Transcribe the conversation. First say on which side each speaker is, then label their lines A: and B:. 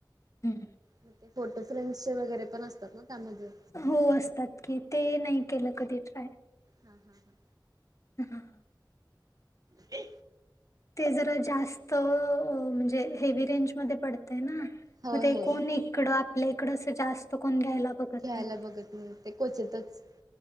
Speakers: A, on the left; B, on the right.
A: हम्म
B: मग ते फोटो फेमचे वगैरे पण असतात ना त्यामध्ये
A: हो असतात की ते नाही केलं कधी ट्राय
B: हां हां हां
A: ह हं
B: ते
A: ते जरा जास्त म्हणजे हेवी रेंजमध्येध्ये पडते ना
B: होय
A: मग ते
B: होय
A: कोण इकडं आपल्या इकडं जास्त कोण घ्यायला बघत
B: घ्यायला
A: नाही
B: बघत नाही ते क्वचितच